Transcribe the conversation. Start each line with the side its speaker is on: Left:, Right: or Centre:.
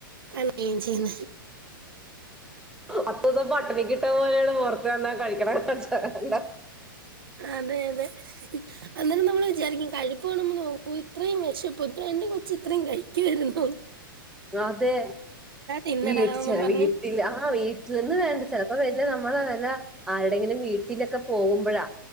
Right: കയ്ക്കെൻ ചെയ്യുന്നത്
Centre: പത്തൂസം പട്ടിണികിട്ട പോലെയാണ് പൊറത്തെന്നാ കഴിക്കണ കാഴ്ച്ചകണ്ട.
Right: അതെ അതെ. അന്നേരം നമ്മൾ വിചാരിക്കും കഴുപ്പ് കാണുമ്പോ നോക്കൂ ഇത്രയും വെശപ്പോ ഇത്രേ എന്റെ കൊച്ച് ഇത്രയു കഴിക്കുവാരുന്നോ.
Centre: അതെ
Right: തിന്നടാ
Centre: വീട്ട്
Right: എന്നും
Centre: ചെല
Right: പറഞ്ഞ്
Centre: വീട്ടില് ആഹ വീട്ടിൽന്ന് വേണ്ട ചെല അപ്പൊ വല്ല നമ്മള വെല ആരുടെങ്കിലും വീട്ടിലൊക്കെ പോകുമ്പൊഴാ.